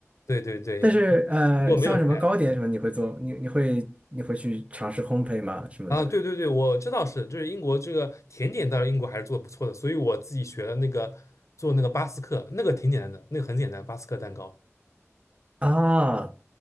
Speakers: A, on the left; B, on the right.
A: 对对对，
B: 但是呃，
A: 英国没有菜，
B: 像什么糕点什么，你会做？你你会你会去尝试烘焙吗？什么的？
A: 啊，对对对，我知道是，就是英国这个甜点，当然英国还是做的不错的，所以我自己学了那个做那个巴斯克，那个挺简单的，那个很简单，巴斯克蛋糕。
B: 啊，